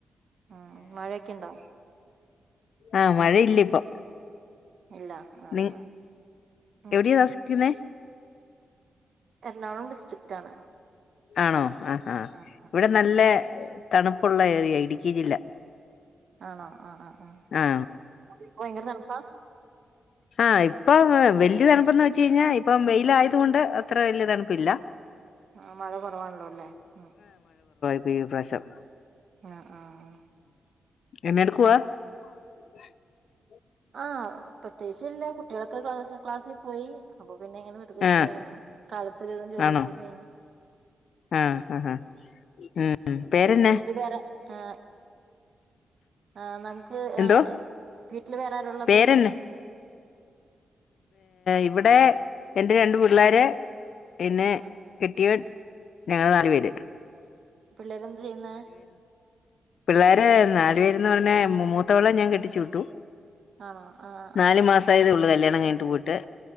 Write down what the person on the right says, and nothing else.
ഉം മഴയൊക്കെ ഇണ്ടോ
ഇല്ല ആഹ്
ആഹ് ഉം
എറണാകുളം ഡിസ്ട്രിക്റ്റ് ആണ്
ആഹ് ആഹ്
ഉം
ആണോ ആ ആ ആഹ
ഇപ്പ ഭയങ്കര തണപ്പാ
ആ മഴ കുറവാണല്ലോ അല്ലേ ഉ
ആഹ ആഹ
ആഹ പത് വയസല്ല കുട്ടികളൊക്കെ ക്ലാസ്സിൽ പോയി അ പിന്നെ എങ്ങനെ വെറുതെ ഇരിക്കായിരുന്നു
കാലത്തൊരിതും ജോലിയൊക്കെ
കഴി
ട്ടേറെ ആ ആ നമക്ക് <unintelligible>
ട്ടൽ വേരരുള്ളത്
ആഹ്
പിള്ളേര് എന്ത് ചെയ്യുന്ന
ആണോ ആഹ്
ആഹ്